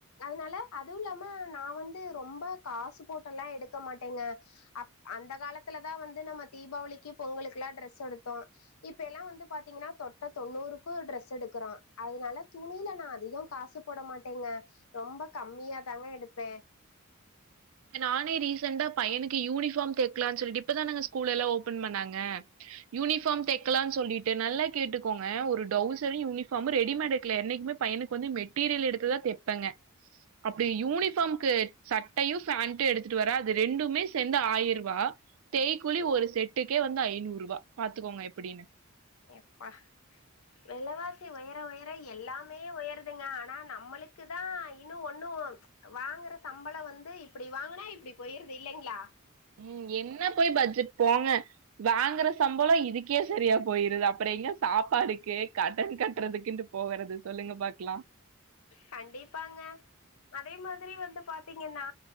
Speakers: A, on the left (about 75°); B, on the right (about 70°).
A: அதனால அதுவு இல்லாம நா வந்து ரொம்ப காசு போட்டெல்லா எடுக்க மாட்டேங்க அப் அந்த காலத்துலதா வந்து நம்ம தீபாவளிக்கு பொங்கலுகெல்லா ட்ரெஸ் எடுத்தோ இப்ப எல்லா வந்து பாத்திங்கன்னா தொட்ட தொண்ணூறுக்கு ட்ரெஸ் எடுக்குறோ அதனால துணில நா அதிகோ காசு போட மாட்டேங்க ரொம்ப கம்மியாதாங்க எடுப்ப
B: நானே ரீசெண்டா பையனுக்கு யூனிஃபார்ம் தெக்லானு சொல்ட்டு இப்பதானங்க ஸ்கூல் எல்லா ஓப்பன் பண்ணாங்க யூனிஃபார்ம் தெக்லான் சொல்லிட்டு நல்லா கேட்டுகோங்க ஒரு டவுசரு யூன்ஃபார்ம் ரெடிமேடு எக்ல என்னைக்குமே பையனு க்கு வந்து மெட்டீரியல் எடுத்துதா தெப்பங்க அப்டி யூனிஃபார்ம்க்கு ச ட்டயு ஃபேண்ட் எடுத்துட்டு வர அது ரெண்டுமே சேந்து ஆயர் ருவா தெய்கூலி ஒரு செட்டுக்கே வந்து ஐநூறு ரூவா பாத்துகோங்க எப்டின்னு
A: எப்பா வெலவாசி ஒயர ஒயர எல்லாமே ஒயருதுங்க ஆனா நம்மளுக்கு தா இன்னு ஒண்ணு வாங்கற சம்பளோ வந்து இப்டி வாங்குனா இப்டி போய்ருது இல்லைங்ளா
B: ம் என்ன போய் பட்ஜெட் போங்க வாங்கற சம்பளோ இதுக்கே சரியா போயிருது அப்றோ எங்க சாப்பாடுக்கு கடன் கட்டறதுக்குன்ட்டு போகறது சொல்லுங்க பாக்லா
A: கண்டிப்பாங்க அதே மாதிரி வந்து பாத்திங்கன்னா